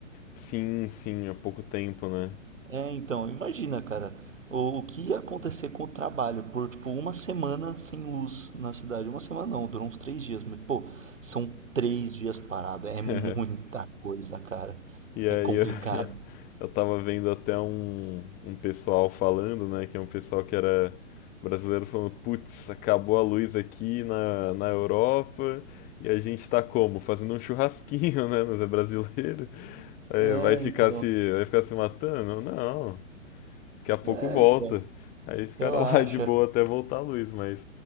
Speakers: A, on the left; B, on the right.
A: Sim, sim, há pouco tempo, né?
B: É, então, imagina, cara, o, o que ia acontecer com o trabalho por, tipo, uma semana sem luz na cidade. Uma semana não, durou uns três dias, mas, pô, são três dias parado, é muita
A: <laughs>
B: coisa, cara.
A: E aí
B: É complicado.
A: eu, eu tava vendo até um, um pessoal falando, né? Que é um pessoal que era brasileiro falando, putz, acabou a luz aqui na, na Europa e a gente tá como? Fazendo um churrasquinho, <laughs> né? Mas é brasileiro. Aí
B: É,
A: vai ficar
B: então,
A: se, vai ficar se matando? Não, daqui a pouco
B: é,
A: volta.
B: então,
A: Aí ficaram
B: relaxa.
A: <laughs> lá de boa até voltar a luz, mas